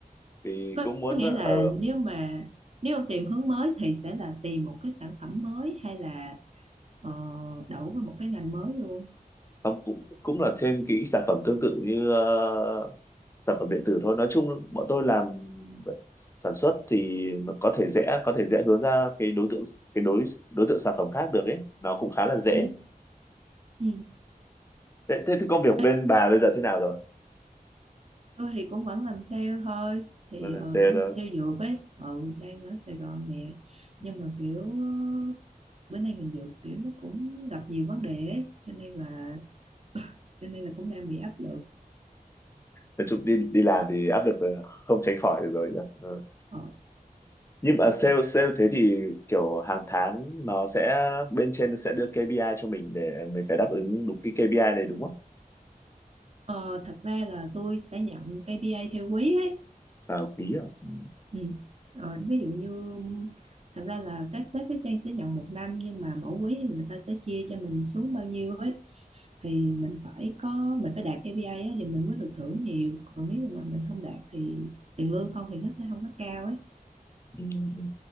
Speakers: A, on the left; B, on the right.
A: vì
B: có,
A: cũng muốn
B: có nghĩa là
A: ở
B: nếu mà nếu ông tìm hướng mới thì sẽ là tìm một cái sản phẩm mới hay là ờ, đậu vào một cái ngành mới luôn
A: Không, cũng cũng là trên cái sản phẩm tương tự như ờ, sản phẩm điện tử thôi nói chung bọn tôi làm sản xuất thì nó có thể dễ có thể dễ hướng ra cái đối tượng cái đối đối tượng sản phẩm khác được ấy nó cũng khá là dễ
B: Ừ, ừ,
A: thế, thế, thế công việc bên
B: Ê,
A: bà bây giờ thế nào rồi
B: tôi thì cũng vẫn làm sale thôi thì
A: Bà làm
B: ờ,
A: sale
B: vẫn
A: đó
B: làm sale dược ấy ừ, đang ở Sài Gòn nè
A: Ừ.
B: nhưng mà kiểu ờ, bữa nay ngành dược kiểu nó cũng gặp nhiều vấn đề ấy cho nên là cho nên là cũng đang bị áp lực
A: nói chung đi đi làm thì áp lực là không tránh khỏi được rồi nhỉ? Ừ.
B: ờ,
A: nhưng mà sale sale thế thì kiểu hàng tháng nó sẽ bên trên nó sẽ đưa KPI cho mình để mình phải đáp ứng đúng cái KPI này đúng không
B: Ờ, thật ra là tôi sẽ nhận KPI theo quý ấy
A: à quý à Ừ.
B: ừ. Ờ, ví dụ như thật ra là các sếp với Trang sẽ nhận một năm nhưng mà mỗi quý thì người ta sẽ chia cho mình xuống bao nhiêu ấy thì mình phải có mình phải đạt KPI ấy, thì mình mới được thưởng nhiều còn nếu như mà mình không đạt thì tiền lương không thì nó sẽ không có cao ấy
A: Ừ, ừ.